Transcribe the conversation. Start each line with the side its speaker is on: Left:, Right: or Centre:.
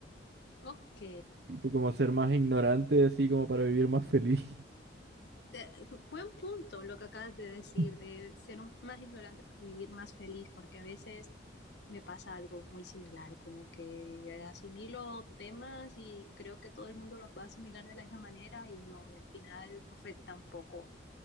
Left: Ok.
Right: Tipo como ser más ignorante, así como para vivir más feliz.
Left: eh, buen punto lo que acabas de decir,
Right: <laughs>
Left: de ser un- más ignorante para vivir más feliz, porque a veces me pasa algo muy similar, como que asimilo temas y creo que todo el mundo los va a asimilar de la misma manera y no, y al final afecta un poco